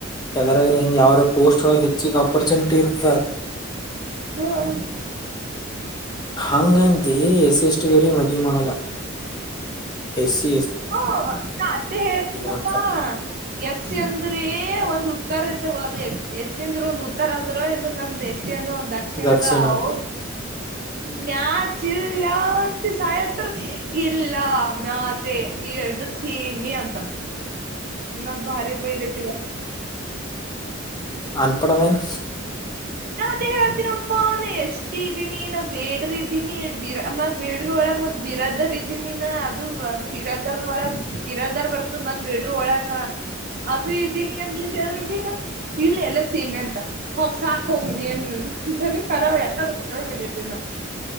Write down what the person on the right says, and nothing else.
ಹ
ಹ ನಾ ಅದೇ ಹೇಳತನಪ್ಪಾ
ಎಸ್ ಅಂದ್ರೆ ಒಂದ್ ಉತ್ತರ ಇದ್ದ ಎಚ್ಚ ಒಂದು ಉತ್ತರ ಆದ್ರ ಇ ನಂದುಷ್ಟ ಅಷ್ಟ ಅಂದು ಒಂದ್ ದಕ್ಷಿಣದ
ಅವ
ಮ್ಯಾಚಿಲ್ಲಂತ ಸಾಯತ್ ಇಲ್ಲ ಮಚೆ ಈ ಎಡು ಸಿೀಮೀ ಅಂತ ನ ಭಾರಿ ಬೈದ ಇಟ್ಟಿದ
ನಾ ಅದೇ ಹೇಳತೀರ ಹಾನ ಎಷ್ಟು ಇದ್ದೀನಿ ನಾ ಬೇಡ್ರ ಇದ್ದೀನಿ ಬಿರ ಮ ಬೇಡ್ರ ಒಳಗೆ ಮತ್ತ ಬಿರದರ್ ಇದ್ದೀನಿ ಅದು ಅದು ಬೀರದಾರ್ ಒಳ ಬೀರದಾರ್ ಬರ್ತದ ಮದ ಬಿಡ್ರ ಒಳಗ ಅದು ಇದೀನಿ ಏನ್ ನೀ್ರರು ಭಗ ಇಲ್ಲ ಎಲ್ಲ ಸೇಮ ಅಂತ ಹೋಗ್ ಸಾಕ ಹೋಗ ನೀನ್ ಅಂತ ಖರಾವ ಯ ಕರಸಡೆ ಹಿದೇತಿ ನ